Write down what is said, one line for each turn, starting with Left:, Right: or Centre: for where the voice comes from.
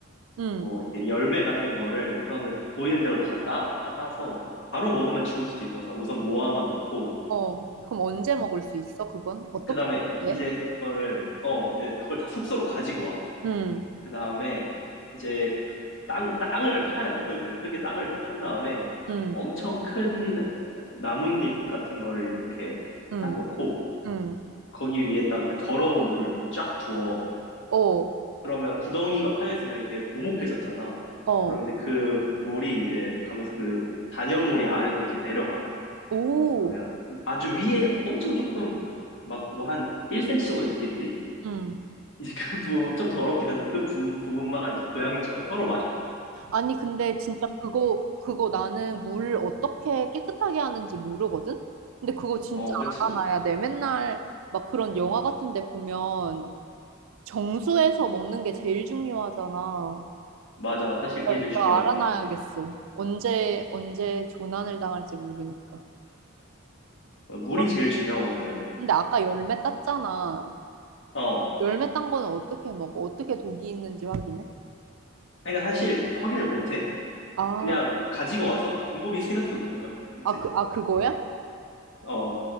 Right: 응, 어,
Left: 뭐
Right: 음.
Left: 이렇게 열매 같은 거를 우선은 보이는 대로 다 따, 다 따서 바로 먹으면 죽을 수도 있어서 우선 모아만 놓고
Right: 어, 그럼 언제 먹을 수 있어, 그건? 어떻게
Left: 그 다음에
Right: 해?
Left: 이제 그거를, 어, 이제 그걸 다 숙소로 가지고 와.
Right: 응
Left: 그 다음에 이제 땅, 땅을 파야 돼. 흙을. 흙에 땅을 이렇게 판 다음에
Right: 응
Left: 엄청 큰 나뭇잎 같은 거를 이렇게
Right: 응
Left: 딱 놓고
Right: 응
Left: 거기 위에다가 그 더러운 물을 이렇게 쫙 부어.
Right: 어,
Left: 그러면 구덩이가 파져 있으니까 이렇게 오목해졌잖아.
Right: 어,
Left: 그럼 이제 그 물이 이제 가면서 그 잔여물이 아래로 이제 내려가.
Right: 오,
Left: 그러면 아주 위에 엄청 조금 막 뭐 한 1cm 정도 있겠지?
Right: 응
Left: 이제 그 부분 좀 더럽긴 하지만 그 부, 부분만 이제 고양이처럼 혀로 마셔요.
Right: 아니, 근데 진짜 그거, 그거 나는 물 어떻게 깨끗하게 하는지 모르거든? 근데 그거 진짜
Left: 어, 그치.
Right: 알아놔야 돼. 맨날 막 그런 영화 같은 데 보면 정수해서 먹는 게 제일 중요하잖아.
Left: 맞아. 사실 그게
Right: 나,
Left: 제일 중요하지.
Right: 나 알아놔야겠어. 언제, 언제 조난을 당할지 모르니까.
Left: 어, 물이
Right: 그럼
Left: 제일 중요하거든.
Right: 근데 아까 열매 땄잖아.
Left: 어.
Right: 열매 딴 거는 어떻게 먹어? 어떻게 독이 있는지 확인해?
Left: 그러니까 사실 확인을 못 해.
Right: 아,
Left: 그냥 가지고 와서 곰곰이 생각해 보는 거야, <laughs> 이제.
Right: 아, 그, 아, 그거야?
Left: 어.